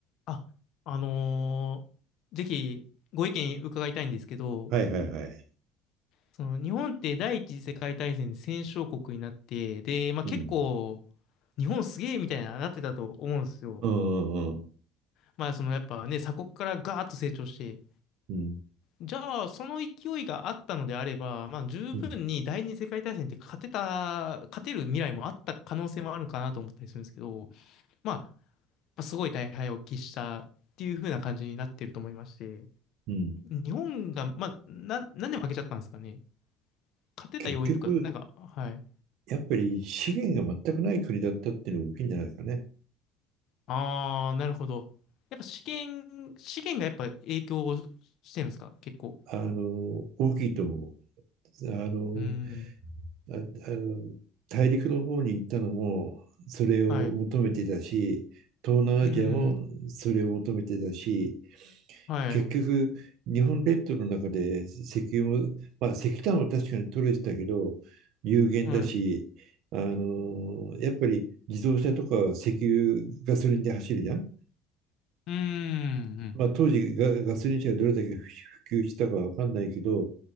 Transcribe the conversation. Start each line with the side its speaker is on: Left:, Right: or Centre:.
Left: あ、あのーぜひご意見伺いたいんですけど、
Right: はいはいはい。
Left: その日本って第一次世界大戦で戦勝国になって、で、まあ、
Right: うん。
Left: 結構、日本すげえみたいななってたと思うんですよ。
Right: うんうん
Left: まあ、そのやっぱね、鎖国からガーッと成長して、
Right: うん。
Left: じゃあ、その勢いがあったのであれば、まあ、十分に第二次世界大戦って勝てた、
Right: うん。
Left: 勝てる未来もあった可能性もあるのかなと思ったりするんですけど、まあ、やっぱすごい大敗を喫したっていう風な感じになってると思いまして。
Right: うん。
Left: 日本が、まあ、な、なんで負けちゃったんですかね。勝てた要因とか、
Right: 結局、
Left: なんか、はい。
Right: やっぱり資源が全くない国だったっていうのが大きいんじゃないですかね。
Left: あー、なるほど。やっぱ資源、資源がやっぱ影響をしてるんですか、結構。
Right: あの、大きいと思う。あの、
Left: うーん。
Right: あ、あの、大陸の方に行ったのも、それを求めてたし、
Left: はい。う
Right: 東南アジアもそれを求めてたし、
Left: ーん。はい。
Right: 結局、日本列島の中で石油も、まあ、石炭は確かに取れてたけど、有限だし、
Left: はい。う
Right: あのーやっぱり自動車とか石油、ガソリンで走るじゃん。
Left: ーん。
Right: まあ、当時ガ、ガソリン車がどれだけ普及したかわかんないけど、